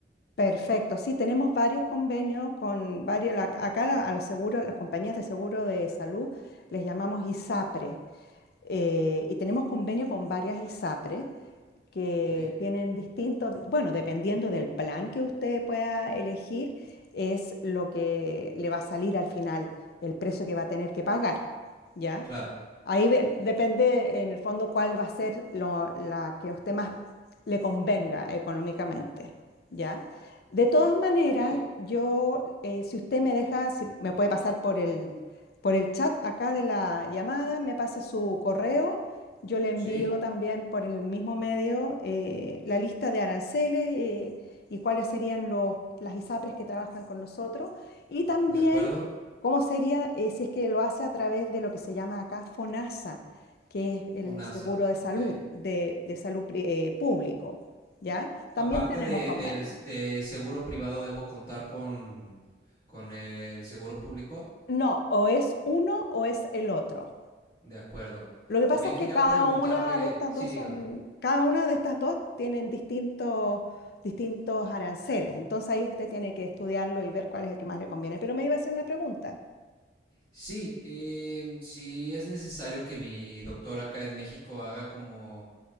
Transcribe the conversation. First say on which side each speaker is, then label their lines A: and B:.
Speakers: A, on the left (about 55°); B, on the left (about 30°).
A: Perfecto, sí, tenemos varios convenios con varias, la- acá la- a los seguros, las compañías de seguro de salud les llamamos ISAPRE eh, y tenemos convenio con varias ISAPRE que
B: Ok,
A: tienen distintos, bueno, dependiendo del plan que usted pueda elegir, es lo que le va a salir al final, el precio que va a tener que pagar, ¿ya?
B: claro.
A: Ahí ve- depende en el fondo cuál va a ser lo- la que a usted más le convenga económicamente, ¿ya? De todas maneras,
B: Ok,
A: yo, eh, si usted me deja, si me puede pasar por el, por el chat acá de la llamada, me pasa su correo yo le envío
B: sí,
A: también por el mismo medio eh, la lista de aranceles eh, y cuáles serían los, las ISAPRES que trabajan con nosotros y también
B: de acuerdo.
A: cómo sería eh, si es que lo hace a través de lo que se llama acá FONASA, que es el
B: FONASA,
A: seguro de
B: ok.
A: salud, de, de salud pri- eh, público, ¿ya? También
B: Aparte
A: tenemos
B: de,
A: convenio.
B: del, de seguro privado, debo contar con, con el seguro público.
A: No, o es uno o es el otro.
B: De acuerdo.
A: Lo que
B: También
A: pasa es
B: quería
A: que cada
B: preguntarle,
A: una de estas
B: sí,
A: dos
B: dígame.
A: son, cada una de estas dos tienen distintos, distintos aranceles. Entonces ahí usted tiene que estudiarlo y ver cuál es el que más le conviene. Pero me iba a hacer una pregunta.
B: Sí, em, si es necesario que mi doctor acá en México haga como